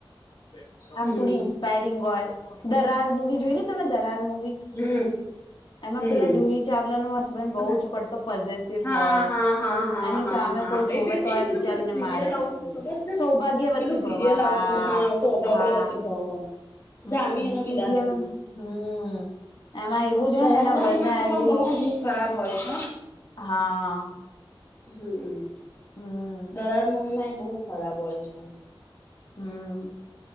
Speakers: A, on the left; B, on the left.
A: <inaudible>
B: હમ
A: આમ થોડી ઇન્સ્પાયરિંગ હોય. દરાર મુવી જોઈ ને તમે દરાર મુવી.
B: હમ
A: એમાં
B: હમ
A: પેલા જુહી ચાવલા ન હસબન્ડ બહ
B: તમે
A: જ પડતો પોઝિસિવ
B: હા
A: હોય
B: હા હા હા
A: એની
B: હા
A: સામે
B: હા
A: કોઈ
B: એ
A: જોવે
B: એ
A: તોય
B: પેલું
A: બિચારીને
B: સિરિયલ
A: મારે
B: આવતું તું ખબર છે
A: સૌભાગ્યવતી
B: પેલું સિરિયલ
A: ભવા હા
B: આવતું સૌભાગ્યવતી
A: હા
B: ભવ
A: હમ
B: જાનવી અને
A: સીરિયલ
B: વિરાટનું
A: હમ એમાં એવું જ હોય
B: દરાર
A: ને એના
B: મૂવીમાં
A: વને
B: તો
A: આઈ
B: પણ
A: રઈ.
B: બહુ જ ખરાબ હોય
A: હા
B: <unintelligible>
A: હમ
B: <unintelligible> બઉુ ખરાબ હોય છે.
A: હમ